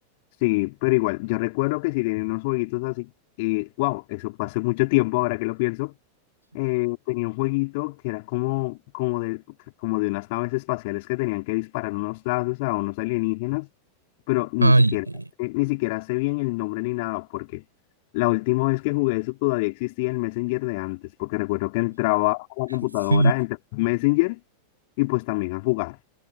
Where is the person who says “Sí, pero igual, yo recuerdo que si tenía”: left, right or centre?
Left